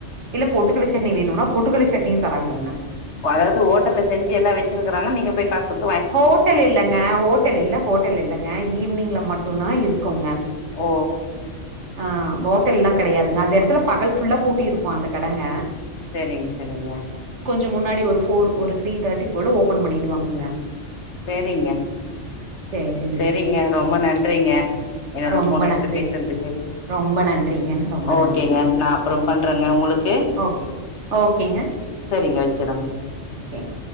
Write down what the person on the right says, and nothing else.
இல்ல பொட்டுக்கல்ல சட்னி வேணுனா பொட்டு கல்ல சட்னியு தராங்கங்க
ஹோட்டல் இல்லங்க ஹோட்டல் இல்ல ஹோட்டல் இல்லங்க ஈவினிங்ல மட் டுந்தா இருக்குங்க
ஆ ஹோட்டல்லா கெடையாதுங்க அந்த எடத்துல பகல் ஃபுல்லா பூட்டி இருக்கு அந்த கடங்க
ச முன்னாடி ஒரு ஃபோர் ஒரு த்ரீ தேர்ட்டி போல ஓபன் பண்ணிடு வாங்கங்க
சேரிங்க
ரொம்ப
நன்றிங்க
ரொம்ப நன்றிங்க ரொம்ப
நன்றிங்க
ஓகே
ஓகே ஓகேங்க
கேங்க